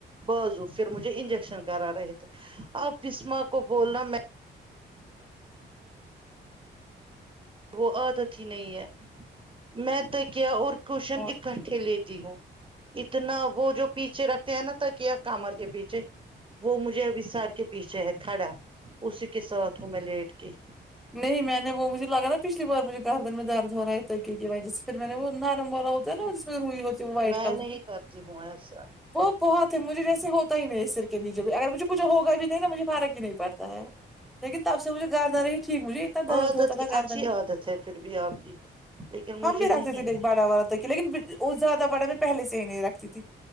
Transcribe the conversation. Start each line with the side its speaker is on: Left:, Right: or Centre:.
Right: با زو پھر مجھے انجیکشن کرا رہے تھے آپ بسما کو بولنا میں وہ عادت ہی نہیں ہے میں تکیہ اور کوشن
Centre: اور
Right: اکٹھے لیتی ہوں اتنا وہ جو پیچھے رکھتے ہیں نا تکیہ کامر کے پیچھے وہ مجھے ابھی سار کے پیچھے ہے کھڑا اسی کے ساتھ ہوں میں لیٹ کے
Centre: نہیں میں نے وہ مجھے لگا نا پچھلی بار مجھے گردن میں درد ہو رہا ہے تکیہ کی وجہ سے پھر میں نے وہ نرم والا ہوتا ہے نا جس میں روئی ہوتی تو وائٹ
Right: میں
Centre: کلر
Right: نہیں
Centre: کہ
Right: کرتی ہوں ایسا
Centre: وہ بہت ہے مجھے ویسے ہوتا ہی نہیں ہے سر کے نیچے بھی اگر مجھے کچھ ہوگا بھی نہیں نہ مجھے فرق ہی نہیں پڑتا ہے لیکن تب سے مجھے گاردن ہی مجھے اتنا درد
Right: عادت
Centre: ہوتا تھا
Right: کی
Centre: گردن
Right: اچھی عادت
Centre: میں
Right: ہے پھر بھی آپ کی لیکن مجھے
Centre: ہم بھی رکھتے
Right: نہیں
Centre: تھے دیکھ
Right: ہے
Centre: بال بڑا والا تکیہ لیکن وہ زیادہ بڑا میں پہلے سے ہی نہیں رکھتی تھی